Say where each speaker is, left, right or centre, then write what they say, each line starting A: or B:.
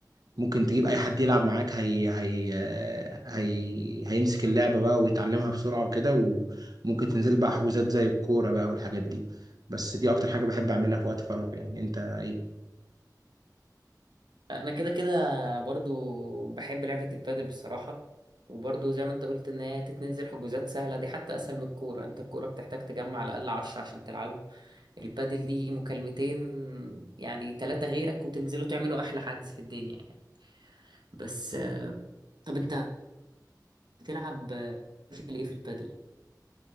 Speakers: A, on the right (about 60°); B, on the right (about 85°).
A: ممكن تجيب أي حد يلعب معاك هي... هي... هي... هيمسك اللعبة بقى ويتعلمها بسرعة وكده ممكن تنزل بقى حجوزات زي الكورة بقى والحاجات دي بس دي اكتر حاجة بحب اعملها في وقت فراغي يعني انت ايه
B: انا كده كده برضو بحب لعبة البادل بصراحة وبرضو زي ما انت قلت ان هي تتنزل حجوزات سهلة دي حتى اسهل من الكورة انت الكورة بتحتاج تجمع على الاقل عشرة عشان تلعبوا البادل دي مكالمتين يعني ثلاثة غيرك وتنزلوا تعملوا احلى حجز في الدنيا يعني. بس آه، طب انت بتلعب آه، في ايه في البادل